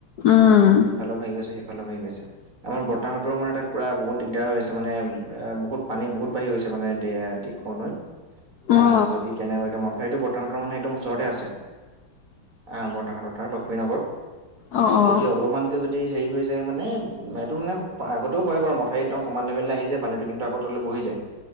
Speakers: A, on the left; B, on the right.
A: উম
B: এইফালে ভাঙি গৈছে সেইফালে ভাঙি গৈছে আমাৰ বৰ্তাহঁতৰ মানে তাত পুৰা বহুত দিগদাৰ হৈ আছে মানে এ বহুত পানী বহুত বাঢ়ি গৈছে মানে দিখ নৈত আহ
A: অ
B: যদি কেনে বাকে মথাউৰিটো বৰ্তমানৰ মানে একদম ওচৰতে আছে অ বতাহত তাৰ লক্ষ্মী নগৰত
A: অ অ
B: যদি অলপমান যদি হেৰি হৈ যায় মানে এইটো মানে আগতেও হয় বাৰু মথাৰি একদম সমান লেভেললৈ আহিায় পানীটো কিন্তু আগতলৈ বহি যায়